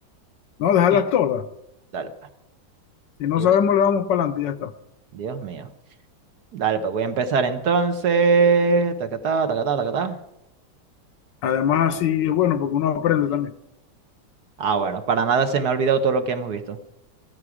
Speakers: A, on the left; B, on the right.
A: No, déjalas
B: Sí.
A: todas.
B: Dale, pues.
A: Si no
B: Dios,
A: sabemos, le vamos para adelante y ya está.
B: Dios mío. Dale, pues voy a empezar entonces. Tacatá, tacatá, tacatá.
A: Además,
B: Ya.
A: así es bueno porque uno aprende también.
B: Ah, bueno, para nada se me ha olvidado todo lo que hemos visto.